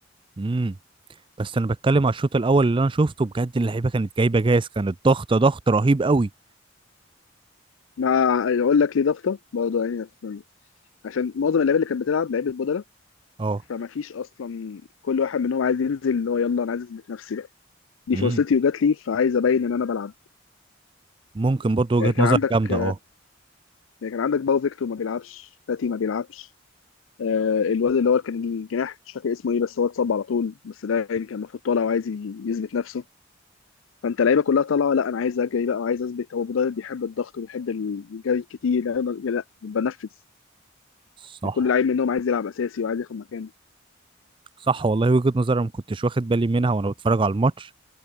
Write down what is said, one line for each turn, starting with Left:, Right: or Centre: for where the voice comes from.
Right: امم بس انا بتكلم على الشوط الاول اللي انا شفته بجد اللعيبه كانت جايبه جاز كانت ضغطه ضغط رهيب قوي
Left: مع يقول لك ليه ضغطه برضه يعني في- عشان معظم اللعيبه اللي كانت بتلعب لعيبه بدله
Right: اه
Left: فما فيش اصلا كل واحد منهم عايز ينزل اللي هو يلا انا عايز اثبت نفسي بقى دي
Right: امم
Left: فرصتي وجات لي فعايز ابين ان انا بلعب
Right: ممكن برضو
Left: يعني
Right: وجهه
Left: كان
Right: نظر
Left: عندك
Right: جامده اه
Left: يعني كان عندك باو فيكتور ما بيلعبش فاتي ما بيلعبش آه، الواد اللي هو كان الجناح مش فاكر اسمه ايه بس هو اتصاب على طول بس ده يعني كان المفروض طالع وعايز ي- يثبت نفسه فانت اللعيبه كلها طالعه لا انا عايز اجري بقى وعايز اثبت هو مدرب بيحب الضغط وبيحب الجري كتير لا لا لا، بنفذ
Right: صح
Left: يعني كل لعيب منهم عايز يلعب اساسي وعايز ياخد مكانه
Right: صح والله وجهة نظر انا ما كنتش واخد بالي منها وانا بتفرج على الماتش